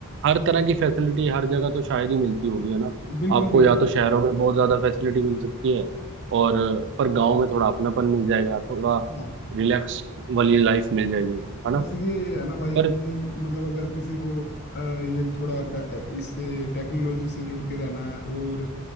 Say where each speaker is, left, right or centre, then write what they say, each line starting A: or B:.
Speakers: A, on the right; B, on the left.
A: हर तरह की फैसिलिटी हर जगह तो शायद ही मिलती होगी है ना
B: बिल्कुल
A: आपको
B: बिल्कुल
A: या तो शहरों
B: बिल्कुल
A: में बहुत ज्यादा फैसिलिटी मिल सकती है और पर गांव में थोड़ा अपनापन मिल जाएगा थोड़ा
B: हाँ
A: रिलैक्स वाली लाइफ मिल जाएगी है ना
B: बस ये है ना भाई
A: पर
B: कि मतलब अगर किसी को अ, ये थोड़ा टे- इससे टेक्नोलॉजी से जुड़ के रहना है और